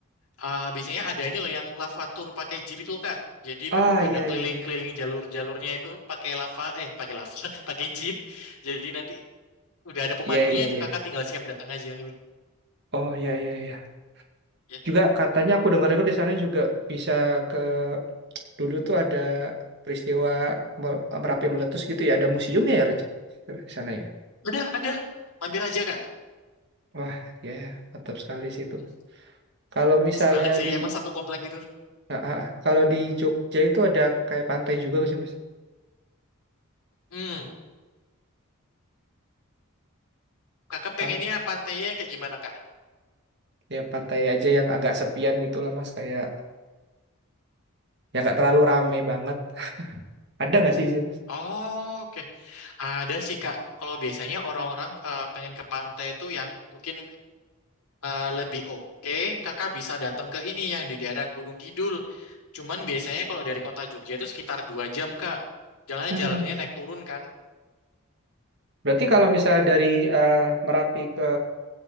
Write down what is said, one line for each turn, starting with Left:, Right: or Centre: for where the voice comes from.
Left: Ah, biasanya ada ini loh yang lava tour pakai jeep itu loh, Kak. Jadi
Right: Ah,
Left: bi- pada
Right: iya,
Left: keliling-keliling
Right: iya, iya.
Left: jalur-jalurnya itu pakai lava, eh pakai lava, <laughs> pakai jeep. Jadi nanti udah ada pemandunya
Right: Iya, iya,
Left: itu
Right: iya.
Left: Kakak
Right: iya.
Left: tinggal siap datang aja.
Right: Oh, iya, iya, iya.
Left: Ya.
Right: Juga katanya aku dengar-dengar di sana juga bisa ke... Dulu tuh ada peristiwa Mer- Merapi meletus gitu ya. Ada museum ya, Ren? Di sana ya.
Left: ada, ada. Mampir aja, Kak.
Right: Wah, ya, mantap sekali sih itu.
Left: Hmm,
Right: Kalau misalnya
Left: Pas banget sih,
Right: di...
Left: emang satu komplek itu.
Right: ah, ah, ah. kalau di Jogja itu ada kayak pantai juga nggak sih, Mas?
Left: Hmm, Kakak pengennya
Right: Pan
Left: pantainya yang kayak gimana, Kak?
Right: ya, pantai aja yang agak sepian gitu lah, Mas. Kayak... Ya nggak terlalu rame banget. Ada nggak sih, sih, Mas?
Left: Oh, oke. Ada sih, Kak. Kalau biasanya orang-orang eh, pengen ke pantai itu yang mungkin eh, lebih oke, kakak bisa datang ke ini yang di daerah Gunung Kidul. Cuman biasanya kalau dari kota Jogja itu sekitar dua jam, Kak. Jalannya
Right: Hmm.
Left: jalannya naik turun kan.
Right: Berarti kalau misalnya dari eh, Merapi ke